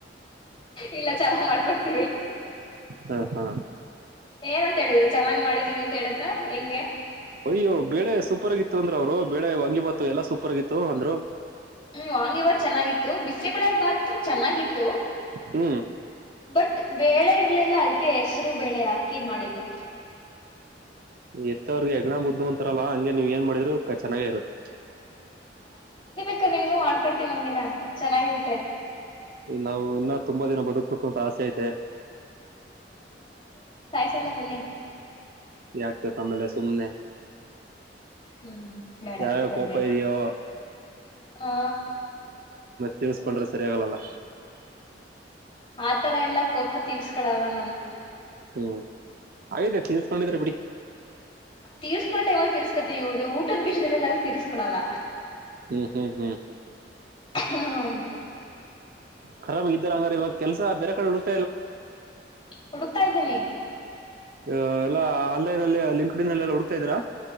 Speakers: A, on the left (about 30°); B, on the right (about 55°).
A: ಇಲ್ಲ ಚೆನ್ನಾಗ್ ಮಾಡ್ಕೊಡ್ತೀವಿ
B: ಹ ಹಾ
A: ಏನಂತ ಹೇಳಿದ್ರ ಚೆನ್ನಾಗಿ್ ಮಾಡಿದೀವಿ ಅ ಹೇಳಿದ್ರ ಹೆಂಗೆ
B: ಅಯ್ಯೋ ಬೆಳೆ ಸೂಪರ್ ಆಗಿತ್ತು ಅಂದ್ರ ಅವರು ಬೆೇಳೆ ವಂಗಿ ಬತ್ತು ಎಲ್ಲಾ ಸೂಪರ್ ಆಗಿತ್ತು ಅಂದ್ರು
A: ಹ್ಮ್ ವಾಂಗಿಬಾತ್ ಚೆನ್ನಾಗಿತ್ತು ಬಿಸಿಬೇಳೆ ಬಾತು ಚೆನ್ನಾಗಿತ್ತು
B: ಹ್ಮ್
A: ಬಟ್ ಬೆ ಇರ್ಲಿಲ್ಲ ಆಯ್ತ ಹೆಸರು ಬೆಳೆ ಆಗ್ತ ಕೀ ಮಾಡಿದ್ದು
B: ಎತ್ತವರ್ಗೆ ಹೆಗ್ಣ ಬುದುಂತ ಹತ್ರಲ್ಲ ಹಗೆ ನೀವ್ ಏನ್ ಮಾಡಿದ್ರರು ಚೆನ್ನಾಗೇ ಇರುತ್ತೆ
A: ಅಕ್ಕ ನಿಮ್ಗೂ ಮಾಡ್ಕೊಡ್ತೀನ್ ನ ಒಂದ್ಿನ ಚೆನ್ನಾಗಿರುತ್ತೆ
B: ಈ ನಾವು ಇನ್ನೂ ತುಂಬಾ ದಿನ ಬದುಕ್ಬೇಕು ಅಂತ ಆಸೆ ಐತೆ
A: ಸಲ ಬನ್ನಿ
B: ಯಾಕ್ತಕ್ಕ ಆಮೇಲೆ ಸುಮ್ನೆ
A: ಹ್ಮ್ ಬೇಡ
B: ಯಾವ್ಯಾವ
A: ಬಿೇಡಿ ಬರ್ಬೇಡಿ
B: ಕೋಪ ಇದೆಯೋ
A: ಹಾ
B: ತಿಳಸ್ಕೊಂಡ್ರೆ ಸರಿ ಆಗಲ್ಲಲ್ಲ
A: ಆತರ ಎಲ್ಲಾ ಕೋಪ ತೀರ್ಸ್ಕಳವ ನಾನು
B: ಹ್ಮ್ ಹಾಗಗಿದೆ ತಸ್್ಕೊಂಡಿದ್ರ ಬಿಡಿ
A: ತೀಸ್ಕೊಂಟೇ ಒ ತೀರ್ಸ್ಕ ವು ಊಟದ ವಿಷಯಲ್ಲಲ್ಲ ತಿರ್್ಕೊಳಲ್ಲ
B: ಹ್ಮ್ ಹ್ಮ್ ಹ್ಮ್
A: ಹಾ
B: ಕರಾಮಾಗ ಇದ್ದಾರ ಹಂಗಾರ ಇವಾಗ ಕೆಲಸ ಬೇರೆ ಕಡೆ ಹಡುತ
A: ಹುಡುಕ್ತಾ ಇದ್ದೀನಿ
B: ಆ ಎಲ್ಲ ಆನ್ಲೈನ್ ಅಲ್ಲಿ ಲಿಂಡ್ಲ್ಲ ಹಡು ಇದ್ರಾ